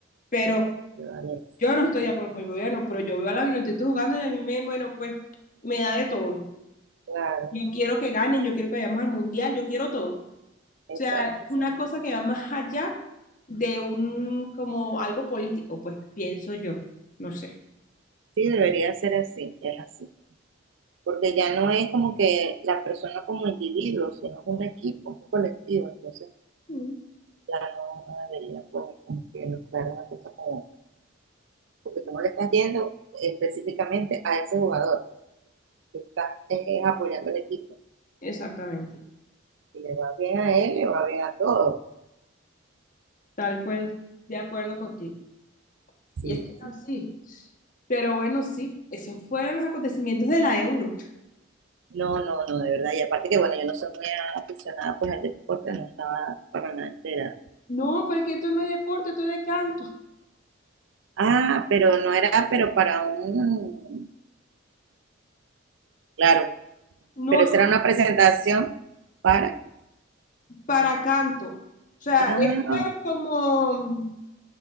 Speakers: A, on the left (about 40°); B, on the right (about 65°).
A: pero...
B: de Valencia.
A: Yo no estoy
B: Ajá,
A: de acuerdo con el gobierno, pero yo veo a la Vinotinto jugando y a mí me, bueno, pues me da de todo.
B: claro,
A: Yo quiero que ganen, yo quiero que vayamos al mundial, yo quiero todo. O
B: exacto,
A: sea,
B: exacto.
A: una cosa que va más allá de un, como algo político, pues pienso yo, no sé.
B: Sí, debería ser así, es así. Porque ya no es como que la persona como individuo, sino es un equipo, un colectivo. Entonces,
A: Ujú.
B: ya no, no debería pues, como que mezclar una cosa con otra. Porque tú no le estás yendo específicamente a ese jugador. Tú estás eh, apoyando al equipo.
A: Exactamente,
B: Si le va bien a él, le va bien a todos.
A: tal cual, de acuerdo contigo.
B: Sí,
A: Y es que es
B: sí.
A: así. Pero bueno, sí, esos fueron los acontecimientos de la Euro.
B: No, no, no, de verdad. Y aparte que, bueno, yo no soy muy aficionada pues al deporte, no estaba para nada enterada.
A: No, porque esto no es deporte, esto es de canto.
B: Ah, pero no era, pero para un... Claro,
A: No,
B: pero esa era una presentación para...
A: para canto. O sea,
B: Ah,
A: esto es como,